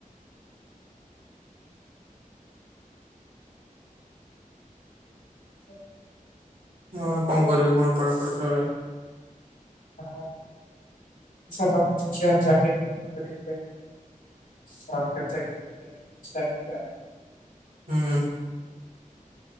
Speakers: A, on the left; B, on the right.
A: <inaudible>
B: ମୁଁ
A: ଚାଲିବ
B: ଆଉ କଣ କରିବି ହ ପଢାପଢି ସରେ।
A: <unintelligible> ସରକାରୀ ଚାକିରୀ <unintelligible> ଚେଷ୍ଟା କରିବା।
B: ହୁଁ।